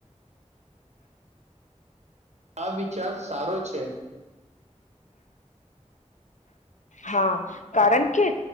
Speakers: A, on the right (about 65°); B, on the left (about 85°).
A: આ વિચાર સારો છે. છે.
B: હા, કારણ કે